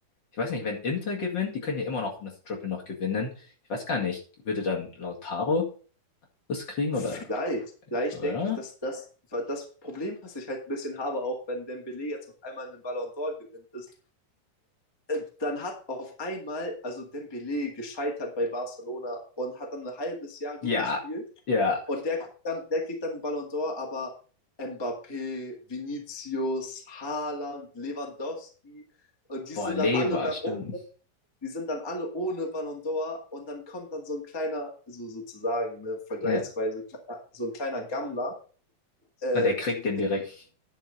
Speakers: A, on the left (about 35°); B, on the left (about 15°).
A: Ich weiß nicht, wenn Inter gewinnt, die können ja immer noch das Triple noch gewinnen. Ich weiß gar nicht, würde dann Lautaro das kriegen
B: Vielleicht,
A: oder,
B: vielleicht
A: oder?
B: denke ich, dass das, das Problem, was ich halt ein bisschen habe, auch wenn Dembélé jetzt auf einmal einen Ballon d'Or gewinnt, ist, äh, dann hat auf einmal, also Dembélé gescheitert bei Barcelona und hat dann ein halbes Jahr gut
A: Ja,
B: gespielt
A: ja.
B: Und der kriegt dann, der kriegt dann einen Ballon d'Or, aber Mbappé, Vinicius, Haaland, Lewandowski und die
A: Boah,
B: sind
A: Lever,
B: dann alle da,
A: stimmt.
B: oh- die sind dann alle ohne Ballon d'Or und dann kommt dann so ein kleiner, so sozusagen, ne, vergleichsweise
A: Ja.
B: kleiner- so ein kleiner Gammler äh,
A: Und er kriegt
B: wie,
A: den
B: De-
A: direkt.